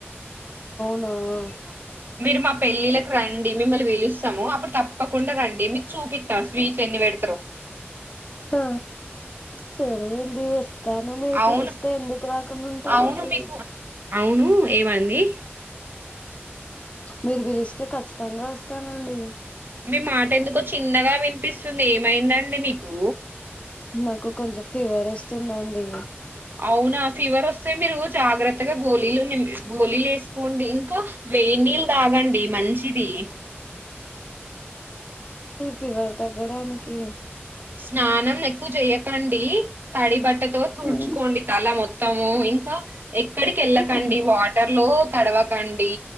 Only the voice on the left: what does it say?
ఆ
ఆ సరే అండి వస్ తను మీరు
పిలిస్తే ఎందుకు రాకుండా ఉంటారండి
మీరు పిలిస్తే కఖచ్చితంగా వస్తానండి
నాకు కొంచెం ఫీవర్ వస్తుందాండి
ఫివర్ తగ్గడానికి
హ్మ్,
హ్మ్,